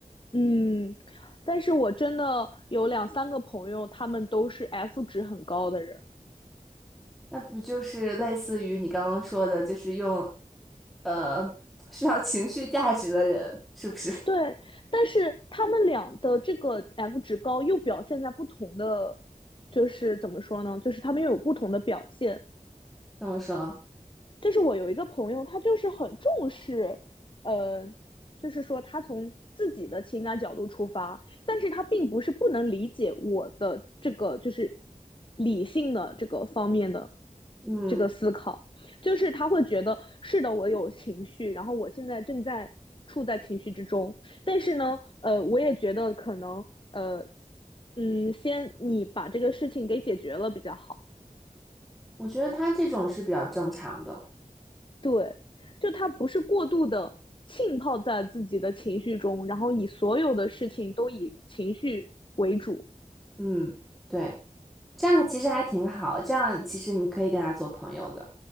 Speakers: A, on the left; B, in the centre.
A: 嗯，但是我真的有两三个朋友，他们都是 F 值很高的人，
B: 那不就是类似于你刚刚说的，就是用呃需要情绪价值的人，是不是 <laughs>
A: 对，但是他们俩的这个 F 值高又表现在不同的，就是怎么说呢？就是他们又有不同的表现。
B: 这么说？
A: 就是我有一个朋友，他就是很重视，呃，就是说他从自己的情感角度出发，但是他并不是不能理解我的这个就是理性的这个方面的
B: 嗯，
A: 这个思考，就是他会觉得是的，我有情绪，然后我现在正在处在情绪之中，但是呢，呃，我也觉得可能，呃，嗯，先你把这个事情给解决了比较好。
B: 我觉得他这种是比较正常的。
A: 对，就他不是过度的浸泡在自己的情绪中，然后以所有的事情都以情绪为主。
B: 嗯，对。这样其实还挺好，这样其实你可以跟他做朋友的。